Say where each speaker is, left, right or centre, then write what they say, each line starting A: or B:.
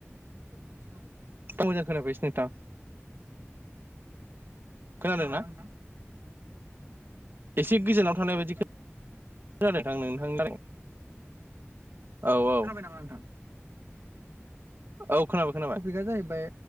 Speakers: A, on the right; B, on the right.
A: बेफोरनि सोमोन्दै
B: मोजां खोनाफैयासै नोंथां। खोनादोंना
A: खोनाबायना नोंथां
B: एसे गोजानाव थानाय
A: औ
B: बायदि
A: खोनादों
B: <unintelligible> औ औ
A: खोनाबाय नामा नोंथां?
B: औ खोनाबाय गोनां
A: टपिकआ जाहैबाय